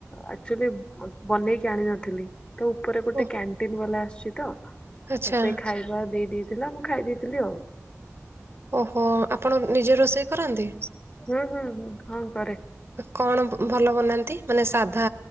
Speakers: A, on the left; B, on the right.
A: ଆକଚୁଆଲି ବନେଇକି ଆଣିିନଥିଲି। ତ ଉପରେ ଗୋଟେ
B: ଓ
A: କ୍ୟାଣ୍ଟିନ ବାଲା ଆସୁଚ ତ
B: ଆଚ୍ଛା।
A: ସେ ଖାଇବା ଦେଇ ଦେଇ ଥିଲା ମୁଁ ଖାଇ ଦେଇେଥିଲି ଆଉ।
B: ଓହୋ ଆପଣ ନିଜେ ରୋଷେଇ କରନ୍ତି?
A: ହୁଁ ହୁଁ ହଁ। ଘରେ।
B: କଣ ଭଲ ବନାନ୍ତି ମାନେ ସାଧା